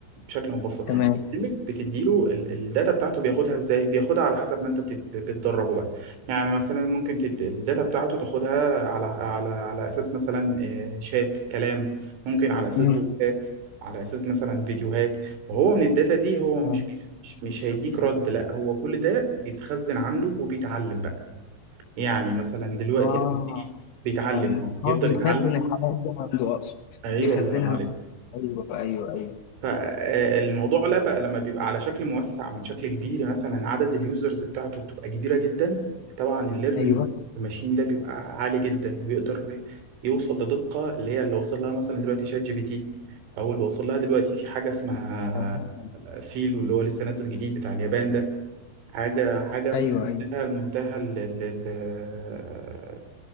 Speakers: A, on the right; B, on the left.
A: بشكل مبسط
B: تمام
A: يعني برنامج بتديله ال- الداتا بتاعته بياخدها ازاي بياخدها على حسب ما انت بتت- بتدربه بقى يعني مثلا ممكن تت... الداتا بتاعته تاخدها على على على اساس مثلا آه، شات كلام ممكن على اساس
B: امم
A: فويسات على اساس مثلا فيديوهات وهو من الداتا دي هو مش
B: اه
A: بي... مش مش هيديك رد لا هو كل ده بيتخزن عنده وبيتعلم بقى يعني مثلا دلوقتي
B: آه،
A: لما تيجي بيتعلم
B: تمام
A: اه يفضل
B: هو بيخزن
A: يتعلم
B: الحاجات دي عنده اقصد
A: ايوه
B: بيخزنها
A: الله ينعم عليك
B: مع... ايوه ايوه ايوه
A: فالموضوع لا بقى لما بيبقى على شكل موسع من شكل كبير مثلا عدد اليوزرز بتاعته بتبقى كبيره جدا طبعا الليرنينج
B: ايوه
A: الماشين ده بيبقى عالي جدا ويقدر يوصل لدقه اللي هي اللي وصل لها مثلا دلوقتي شات جي بي تي او اللي وصل لها دلوقتي في حاجه اسمها
B: تمام
A: فيلو اللي هو لسه نازل جديد بتاع اليابان ده حاجه حاجه في
B: ايوه ايوه
A: منتهى منتهى ال- ال- ال-